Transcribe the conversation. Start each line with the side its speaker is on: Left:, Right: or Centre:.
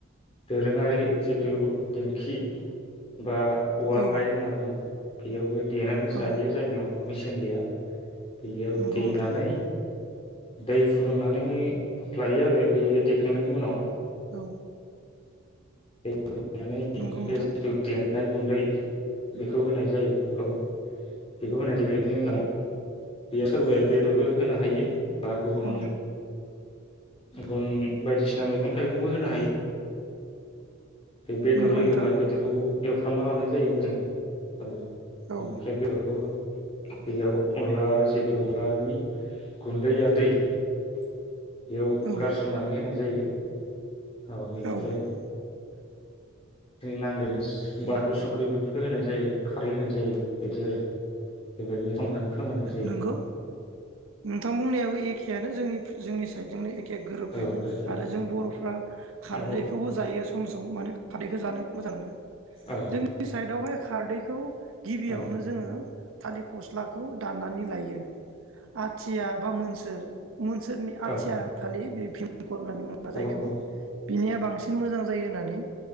Left: दोरोङारि जिथु दिंखि बा उवाल
Right: औ
Left: गाहेन होनना बुङो। बेयावबो देनानै
Right: औ
Left: जायो जायनियाव मिसिन गैया। बेयाव
Right: नंगौ
Left: देनानै
Right: नोंथां
Left: दै फुदुंनानै लायो आरो बेयो देखांनायनि उनाव।
Right: औ
Left: <unintelligible>
Right: नंगौ नोंथां
Left: लाय गुन्दै बेखौ होनाय जायो। जायो औ। बेखौ होना देयो बिनि उनाव बियो सोरबाया बेदरबो होनो हायो बा गुबुन
Right: औ
Left: बुन बायदिसिना मैगं थाइगंबो होनो हायो। दे बेदर
Right: नंगौ
Left: होयोब्ला
Right: नोंथां
Left: बेदरखौ एवफ्रामना लानाय जायो मोजां औ
Right: औ
Left: बेनिफ्राय बेदरखौ बेयाव अनला जितु अनलानि गुन्दै आ दै बेयाव
Right: औ
Left: गारसननानै होनाय जायो। औ बेनिफ्राय
Right: उम
Left: नांगोनि बानलु संख्रि बेफोरखौ होनाय जायो खारै होनाय जायो इदि आरो। बेबायदिनो संनानै फोमोननाय जायो
Right: नंगौ नोंथां बुंनायाबो एखेआनो जोंनि जोंनि साइडजोंनो एख खे गोरोबफ्लेनाय
Left: औ एखे
Right: आरो जों बर'फ्रा खारदैखौबो
Left: औ
Right: जायो सम सम माने खारदैखौ जानो मोजां मोनो
Left: औ
Right: जोंनि साइडआवहाय खारदैखौ गिबियावनो
Left: औ
Right: जोङो थालिर फस्लाखौ दाननानै लायो आथिया बा मोनस दोर मोनसोरनि आथिया
Left: औ
Right: थालिर बे खननानै मोना
Left: औ
Right: जायखौ
Left: औ
Right: बिनिया बांसिन मोजां जायो होननानै।